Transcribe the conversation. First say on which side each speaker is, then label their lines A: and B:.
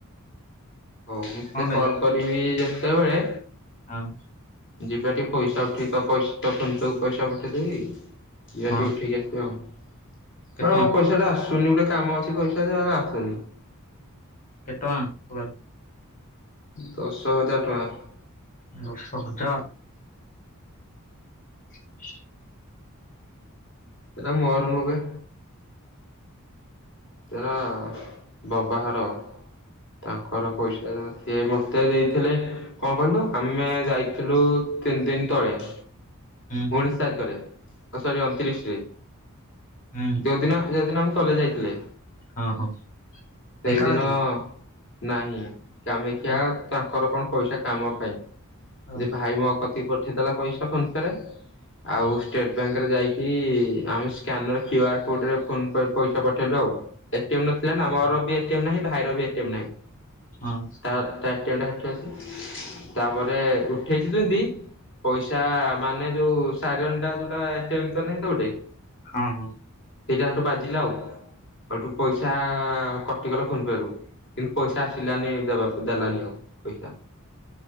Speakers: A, on the left; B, on the left.
A: ହଉ ମୁଁ
B: କଣ
A: ତତେ
B: ଲାଗେ
A: କଲ କରିବି ଯେତେବେଳେ
B: ହଁ।
A: ଯିବା ଟିକେ ପଇସା ଉଠେଇ ତ ପଇସା ତ ଫୋନ୍ ପେ କୁ ପଇସା ପଠେଇଦେବି। ଯିବା
B: ହଁ
A: ଟିକେ ଉଠେଇକି ଆସିବା ଆଉ।
B: କେତେ
A: ବାଳ
B: ଟଙ୍କା
A: ମୋ ପଇସାଟା ଆସ ସୁନି ଗୋଟେ କାମ ଅଛି ପଇସା ଯେ ଆସୁନି।
B: କେତେ ଟଙ୍କା ପୁରା?
A: ଦଶ ହଜାର ଟଙ୍କା।
B: ଦଶ ହଜାର! <inaudible>
A: ସେଟା ମୋର ନୁହଁବେ। ସେରା ବବା ଘର, ତାଙ୍କର ପଇସା ଦ ସିଏ ମୋତେ ଦେଇଥିଲେ କଣ କହିଲୁ ଆମେ ଯାଇଥିଲୁ ତିନିଦିନ ତଳେ। <inaudible>
B: ହୁଁ।
A: ଉଣିଶ ତାରିଖରେ ଓ ସରି ଅଣତିରିଶରେ।
B: ହୁଁ।
A: ଯୋଉଦିନ, ଯୋଉଦିନ ଆମେ କଲେଜ୍ ଯାଇଥିଲେ।
B: ଓ ହଁ।
A: ସେଇଦିନ
B: ଢେଙ୍କାନାଳ ଆଇଥିଲ?
A: ନାହିଁ କାମେକ୍ଷା
B: ହଁ
A: ପାଖରୁ କଣ ପଇସା କାମ ପାଇଁ
B: ହଁ
A: ଯେ ଭାଇ ମୋକତି ପଠେଇଥିଲା ପଇସା ଫୋନ ପେରେ।
B: ହଁ
A: ଆଉ ଷ୍ଟେଟ ବ୍ୟାଙ୍କରେ ଯାଇକି ଆମେ ସ୍କାନର କ୍ୟୁ ଆର୍ କୋଡ଼ରେ ଫୋନ୍ ପେ ପଇସା ପଠେଇଲୁ ଆଉ। ଏଟିଏମ୍ ନଥିଲା ନା ଆମର ବି ଏଟିଏମ୍ ନାହିଁ ଭାଇର ବି ଏଟିଏମ୍ ନାହିଁ।
B: ହଁ।
A: ତାର ତା ଏଟିଏମଟା ଏଠୁ ଅସି ତାପରେ ଉଠେଇଛି ଯେମିତି ପଇସା ମାନେ ଯୋଉ ସାଇରନଟା, ଯୋଉଟା ଏଟିଏମ୍ ଭିତରେ ନାହିଁ ତ ଗୋଟେ?
B: ହଁ, ହଁ।
A: ସେଇଟା ହେଠୁ ବାଜିଲା ଆଉ। ହେଠୁ ପଇସା କଟିଗଲା ଫୋନ୍ ପେ ରୁ। କିନ୍ତୁ ପଇସା ଆସିଲାନି, ଦେବାକୁ ଦେଲାନି ଆଉ ପଇସା।